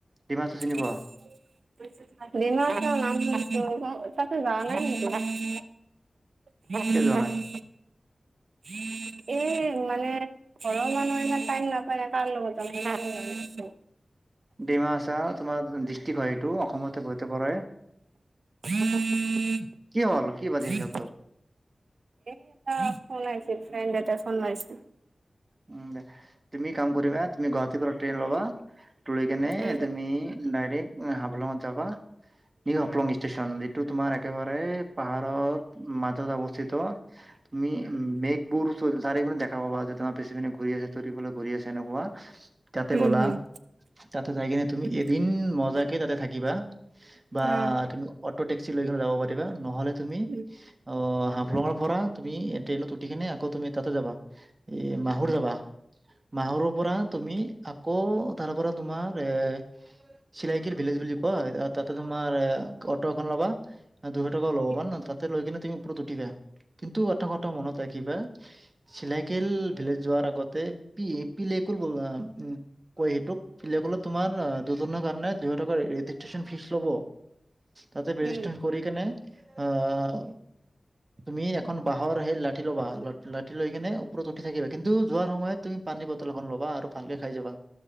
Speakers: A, on the right (about 35°); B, on the right (about 75°).
A: ডিমা হাচাও
B: <inaudible>
A: চিনি পোৱা
B: তাতে যাওৱা নাই কিন্তু। এই মানে ঘৰৰ মানুহ
A: কিয় যোৱা নাই
B: ইমান টাইম নাপায় না কাৰ লগত যাব খুজিছো।
A: ডিমা আছাওঁ তোমাৰ দিছ হয়টো অসমতে বৈত পৰে।
B: উম উম
A: কি হ'ল কি বাজি
B: <inaudible>
A: আছে শব্দ
B: এ এটা ফোন আইিছিল ফ্ৰেণ্ড এটা ফোন মাৰিছিল।
A: উম দে তুমি কাম কৰিবা তুমি গুৱাহাটী পৰা ট্ৰেইন ল'বা লৈ কেনে
B: উম
A: তুমি ডাইৰেক্ট হাফলঙত যাবা নিউ হাফলং ষ্টেচন যিটো তোমাৰ একেবাৰে পাহাৰত মাজত অৱস্থিত। তুমি মেঘবোৰ চাৰিপিনে দেখা পাবা তোমাৰ পিছি পিনে ঘূৰি আছে, তৰিবলৈ ঘূৰি আছে এনেকুৱা তাতে
B: উম
A: গ'লা তাতে যাই কিনে তুমি
B: উম
A: এদিন মজাকে তাতে থাকিবা। বা
B: হম
A: তুমি অটো টেক্সি লৈ কিনে যাব পাৰিবা নহলে তুমি
B: উম
A: অ হাপ হাফলঙৰ পৰা তুমি ট্ৰেইনত উঠি কিনে আকৌ তুমি তাতে যাবা এ মাহুৰ
B: উম
A: যাবা। মাহৰুৰ পৰা তুমি আকৌ তাৰ পৰা তোমাৰ এৰ চিলাইকিৰ ভিলেজ বুলি কয় তাতে তোমাৰ অটো এখন ল'বা। ন দুশ টকাও লব
B: উম
A: ন তাতে লৈ কিনে তুমি ওপৰত উঠিবা, কিন্তু এটা কথা মনত ৰাখিবা চিলাই লোকেল ভিলেজ যোৱাৰ আগতে পি পিল <unintelligible> ক সেইটোোক পিলাকলত তোমাৰ দুজনৰ কাৰণে দুশ টকাৰ ৰেজিষ্ট্ৰন ফিজ লব। তাতে বেৰিষ্টে
B: উম
A: কৰি কেনে আহ তুমি এখন বাঁহৰ সেই লাঠি ল'বা ল লাঠি লৈ কিনে ওপৰত উঠি থাকিবা কিন্তু যোৱাৰ সময়ত তুমি পানীৰ বটল এখন ল'বা আৰু ভালকে খাই যাবা